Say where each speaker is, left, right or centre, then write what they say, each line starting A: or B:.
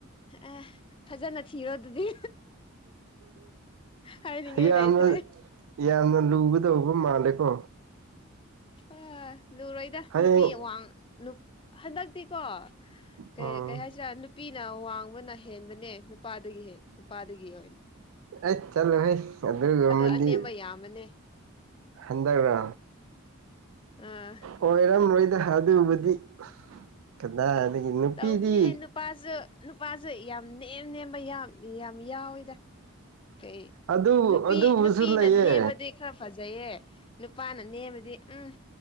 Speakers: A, on the left; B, on the right.
A: ꯑꯦ ꯐꯖꯅ ꯊꯤꯔꯣ ꯑꯗꯨꯗꯤ ꯍꯥꯏꯅꯤꯡꯉꯥꯏ
B: ꯌꯥꯝꯅ
A: ꯂꯩꯇ꯭ꯔꯦ
B: ꯌꯥꯝꯅ ꯂꯨꯒꯗꯧꯕ ꯃꯥꯜꯂꯦꯀꯣ
A: ꯑ ꯂꯨꯔꯣꯏꯗ
B: ꯍꯌꯦꯡ
A: ꯅꯨꯄꯤ ꯑꯋꯥꯡ ꯍꯟꯗꯛꯇꯤꯀꯣ ꯀꯩ
B: ꯎꯝ
A: ꯀꯩ ꯍꯥꯢꯁꯤꯔꯥ ꯑ ꯅꯨꯄꯤꯅ ꯋꯥꯡꯕꯅ ꯍꯦꯟꯕꯅꯦ ꯅꯨꯄꯥꯗꯒꯤ ꯍ ꯅꯨꯄꯥꯗꯒꯤ ꯍꯣꯢ
B: ꯑ ꯆꯠꯂꯣꯍꯦ ꯑꯗꯨꯒꯨꯝꯕꯗꯤ
A: ꯑꯅꯦꯝꯕ ꯌꯥꯝꯕꯅꯦ
B: ꯍꯟꯗꯥꯛꯔ
A: ꯑꯝ
B: ꯑꯣꯏꯔꯝꯔꯣꯏꯗ ꯑꯗꯨꯕꯨꯗꯤ ꯀꯗꯥꯏꯗꯒꯤ ꯅꯨꯄꯤꯗꯤ
A: ꯇꯧꯕꯅꯦꯍꯦ ꯅꯨꯄꯥꯁꯨ ꯅꯨꯄꯥꯁꯨ ꯌꯥꯝ ꯅꯦꯝ ꯅꯦꯝꯕ ꯌꯥꯝ ꯌꯥꯝ ꯌꯥꯎꯋꯤꯗ ꯀꯩ
B: ꯑꯗꯨ
A: ꯅꯨꯄꯤ
B: ꯑꯗꯨꯕꯨꯁꯨ
A: ꯅꯨꯄꯤꯅ
B: ꯂꯩꯌꯦ
A: ꯅꯦꯝꯃꯗꯤ ꯈꯔ ꯐꯖꯩꯌꯦ ꯅꯨꯄꯥꯅ ꯅꯦꯝꯕꯗꯤ ꯎꯝ